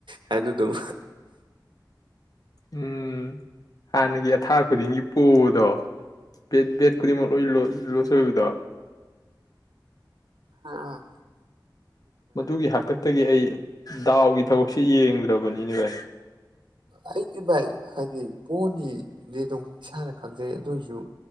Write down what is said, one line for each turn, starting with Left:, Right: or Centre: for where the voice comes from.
Right: ꯍꯥꯏ ꯑꯗꯨꯝ
Left: ꯎꯝ ꯍꯅꯒꯤ ꯑꯊꯥ ꯈꯨꯗꯤꯡꯒꯤ ꯄꯣꯛꯕꯗꯣ ꯕꯦꯠ ꯕꯦꯠ ꯈꯨꯗꯤꯡꯃꯛ ꯂꯣꯏ ꯂꯣꯠꯁ ꯑꯣꯏꯕꯗꯣ
Right: ꯑꯥ
Left: ꯃꯗꯨꯒꯤ ꯍꯥꯛꯇ ꯇꯒꯤ ꯑꯩ ꯗꯥꯎꯒꯤ ꯊꯕꯛꯁꯤ ꯌꯦꯡꯗ꯭ꯔꯕꯅꯤꯅꯦ ꯚꯥꯏ
Right: ꯑꯩꯗꯤ ꯚꯥꯏ ꯍꯥꯏꯗꯤ ꯄꯣꯅꯤꯗꯤ ꯑꯗꯨꯝ ꯏꯁꯥꯅ ꯈꯪꯖꯩ ꯑꯗꯨ ꯑꯣꯏꯔꯁꯨ